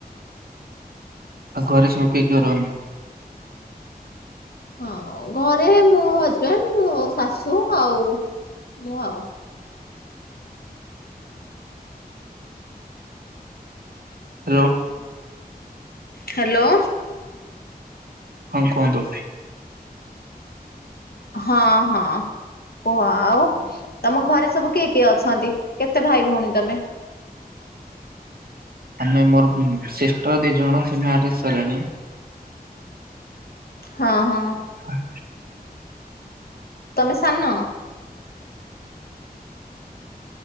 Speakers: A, on the right; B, on the left.
A: ଆଉ ଘରେସବୁ କିଏ କିଏ ରହନ୍ତି
B: ହଁ ଘରେ ମୋ ହଜବେଣ୍ଡ ମୋ ଶାଶୁ ଆଉ ମୁଁ ଆଉ
A: ହ୍ୟାଲୋ
B: ହ୍ୟାଲୋ
A: ହଁ କୁହନ୍ତୁ
B: ହଁ ହଁ କୁହ ଆଉ ତମ ଘରେ ସବୁ କିଏ କିଏ ଅଛନ୍ତି କେତେ ଭାଇ ଭଉଣୀ ତମେ
A: ଆମେ ମୋର ସିଷ୍ଟର ଦି ଜଣ ସେ ମାରେଜ ସାଇଲାଣି
B: ହଁ ହଁ
A: ହଁ
B: ତମେ ସାନ